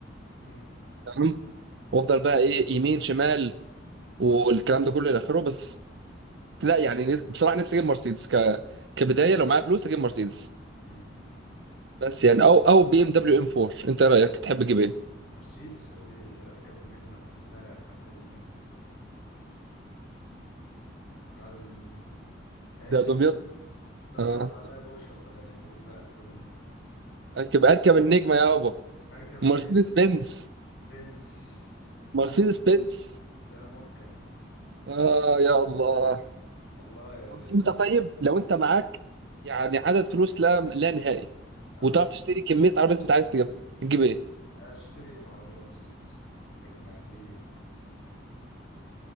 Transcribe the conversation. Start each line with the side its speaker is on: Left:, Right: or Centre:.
Left: امم
Right: تمام وافضل بقى ايه يمين شمال والكلام ده كله الى اخره بس لا يعني نف- بصراحه نفسي اجيب مرسيدس ك... كبدايه لو معايا فلوس اجيب مرسيدس
Left: امم
Right: بس يعني او او بي ام دبليو ام 4 انت رايك تحب تجيب ايه
Left: مرسيدس يا بيه اركب النجمة انا فلاح اركب النجمة عايز النجمة ايا
Right: ده
Left: كان
Right: دمياط
Left: لو اتعرض
Right: اه
Left: عليا بورشه ببلاش اقول لا اركب النجمة
Right: اركب اركب النجمه يابا
Left: اركب النجمة
Right: مرسيدس بنز
Left: بنز
Right: مرسيدس
Left: عارف
Right: بنز
Left: زلموكة
Right: اه يا الله
Left: والله يا
Right: طب
Left: باشا
Right: انت طيب لو انت معاك يعني عدد فلوس لا لا نهائي
Left: اه
Right: وتعرف تشتري كميه عربيات انت عايز تجيبها تجيب ايه
Left: اشتري عربية مرسيدس نجمة يا بيه